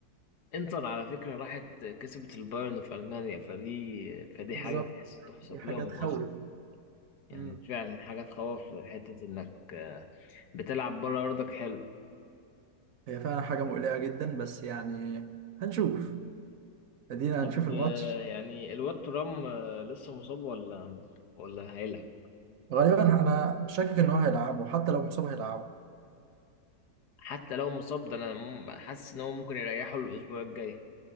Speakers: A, on the left (about 85°); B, on the right (about 65°).
A: انتر على فكرة راحت كسبت البايرن في ألمانيا فدي فدي
B: بالظبط
A: حاجة تحس- تحسب
B: دي حاجه
A: لهم
B: تخوف
A: أصلا يعني
B: مم.
A: فعلا حاجة تخوف حتة إنك بتلعب بره أرضك حلو
B: هي فعلا حاجه مقلقه جدا بس يعني هنشوف ادينا
A: طب
B: هنشوف الماتش
A: آه، يعني الواد ترام آه، لسه مصاب ولا ولا هيلعب
B: غالبا انا شاكك ان هو هيلعبه حتى لو مصاب هيلعبه
A: حتى لو مصاب ده أنا م- حاسس إن هو ممكن يريحه الأسبوع الجاي